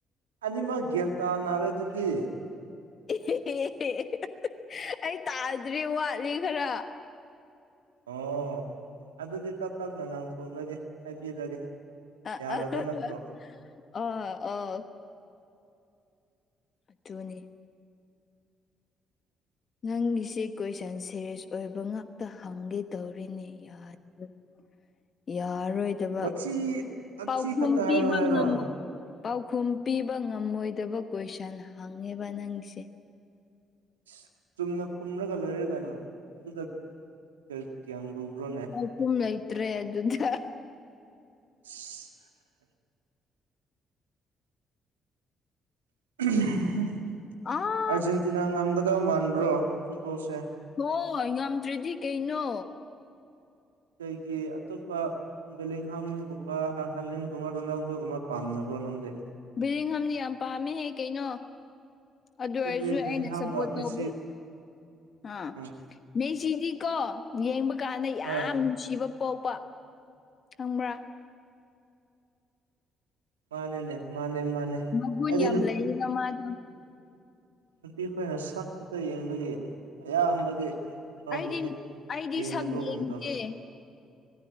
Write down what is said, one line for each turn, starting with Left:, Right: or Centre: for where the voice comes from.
Right: ꯑꯅꯤꯃꯛ ꯒ꯭ꯋꯥꯟ ꯇꯥꯅꯔꯦ ꯑꯗꯨꯗꯤ꯫
Left: <unintelligible> ꯑꯩ ꯇꯥꯗ꯭ꯔꯤ ꯋꯥꯠꯂꯤ ꯈꯔ꯫
Right: ꯑꯣ ꯑꯗꯨꯗꯤ ꯇꯞ ꯇꯞꯅ ꯉꯥꯡꯊꯣꯛꯂꯒꯦ ꯍꯥꯏꯕꯤꯔꯒꯦ꯫
Left: <unintelligible>
Right: ꯌꯥꯔꯕ ꯅꯠꯇ꯭ꯔꯣ
Left: ꯑꯣ ꯑꯣ꯫ ꯑꯗꯨꯅꯤ꯫ ꯅꯪꯒꯤꯁꯦ ꯀꯣꯏꯁꯟ ꯁꯦꯔꯦꯁ ꯑꯣꯏꯕ ꯉꯥꯛꯇ ꯍꯪꯒꯦ ꯇꯧꯔꯤꯅꯦ ꯌꯥ <inaudible> ꯌꯥꯔꯔꯣꯏꯗꯕ
Right: ꯋꯥꯊꯤ ꯋꯥꯊꯤ
Left: ꯄꯥꯎꯈꯨꯝ
Right: ꯈꯛꯇ
Left: ꯄꯤꯕ
Right: ꯍꯥꯏꯌꯣ ꯍꯥꯏꯔꯣ
Left: ꯉꯝꯃꯣ ꯄꯥꯎꯈꯨꯝ ꯄꯤꯕ ꯉꯝꯃꯣꯏꯗꯕ ꯀꯣꯏꯁꯟ ꯍꯪꯉꯦꯕ ꯅꯪꯁꯦ꯫
Right: ꯑꯁ ꯆꯨꯝꯅ ꯈꯨꯝꯔꯒ ꯂꯣꯏꯔꯦ ꯀꯩꯅꯣ ꯑꯗꯨꯗ ꯀ ꯀꯌꯥꯝ ꯂꯨꯕ꯭ꯔꯣꯅꯦ꯫
Left: ꯄꯥꯎꯈꯨꯝ ꯂꯩꯇ꯭ꯔꯦ ꯑꯗꯨꯗ꯫
Right: <inaudible> <unintelligible>
Left: ꯑꯥ
Right: ꯑꯥꯔꯖꯦꯟꯇꯤꯅꯥ ꯉꯝꯒꯗꯕ ꯃꯥꯟꯕ꯭ꯔꯣ ꯐꯨꯠꯕꯣꯜꯁꯦ꯫
Left: ꯍꯣꯏ ꯉꯝꯗ꯭ꯔꯗꯤ ꯀꯩꯅꯣ
Right: ꯀꯩꯒꯤ ꯑꯇꯣꯞꯄ ꯕꯦꯂꯤꯡꯍꯝꯒꯨꯝꯕ ꯍꯂꯦꯟꯒꯨꯝꯕ ꯔꯣꯅꯥꯜꯗꯣꯒꯨꯝꯕ ꯄꯥꯝꯗꯕ꯭ꯔꯣ ꯅꯪꯗꯤ
Left: ꯕꯦꯂꯤꯡꯍꯝꯗꯤ ꯌꯥꯝ ꯄꯥꯝꯃꯤꯍꯦ ꯀꯩꯅꯣ ꯑꯗꯨ
Right: ꯑꯗꯨꯗꯤ
Left: ꯑꯣꯏꯔꯁꯨ ꯑꯩꯅ
Right: ꯕꯦꯂꯤꯡꯍꯥꯝꯒ
Left: ꯁꯞꯄꯣꯔꯠ
Right: ꯃꯦꯁꯤ
Left: ꯇꯧꯕ ꯍꯥ
Right: ꯎꯝ
Left: ꯃꯦꯁꯤꯗꯤꯀꯣ ꯌꯦꯡꯕ ꯀꯥꯟꯗ ꯌꯥꯝ
Right: ꯍꯣꯏ
Left: ꯅꯨꯡꯁꯤꯕ ꯄꯣꯛꯄ ꯈꯪꯕ꯭ꯔꯥ
Right: ꯃꯥꯅꯤꯅꯦ ꯃꯥꯅꯦ ꯃꯥꯅꯦ
Left: ꯃꯒꯨꯟ
Right: ꯑꯩꯗꯤ
Left: ꯌꯥꯝ ꯂꯩꯌꯦꯅ ꯃꯥ ꯗꯨ
Right: ꯅꯨꯄꯤ ꯑꯈꯣꯏꯅ ꯁꯛ ꯈꯛꯇ ꯌꯦꯡꯕꯒꯤ ꯑꯌꯥꯝꯕꯗꯤ ꯃꯥꯕꯨꯗꯤ
Left: ꯑꯩꯗꯤ ꯑꯩꯗꯤ
Right: ꯌꯦꯡꯗꯕ
Left: ꯁꯛ ꯌꯦꯡꯗꯦ
Right: ꯉꯝꯗꯕ